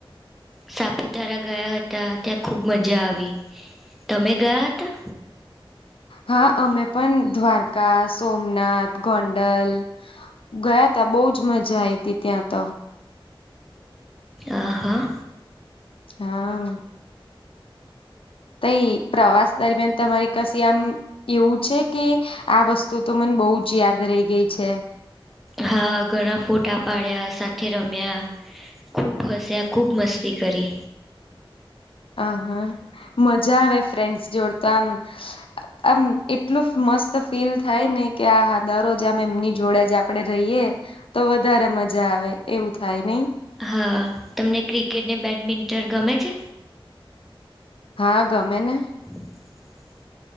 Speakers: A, in the centre; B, on the left.
A: સાપુતારા ગયા હતા ત્યાં ખૂબ મજા આવી. તમે ગયા હતા?
B: હા અમે પણ દ્વારકા સોમનાથ ગોંડલ ગયા બહુ જ મજા આઈ હતી ત્યાં તો
A: આહા
B: હા તઈ પ્રવાસ દરમિયાન તમારી કશી આમ એવું છે કે, આ વસ્તુ તો મન બઉ જ યાદ રહી ગઈ છે.
A: હા, ઘણા ફોટા પાડ્યા, સાથે રમ્યા ખૂબ હસ્યા, ખૂબ મસ્તી કરી.
B: અ હમ, મજા આવે ફ્રેન્ડ્સ જોડ તો આમ આમ એટલું મસ્ત ફીલ થાય ને કે આહા દરોજ આમ એમની જોડે જ આ આપડે રઈએ તો વધારે મજા આવે એવું થાય નઈ.
A: હા, તમને ક્રિકેટ ને બેડમિન્ટન ગમે છે?
B: હા, ગમે ને.
A: <inaudible>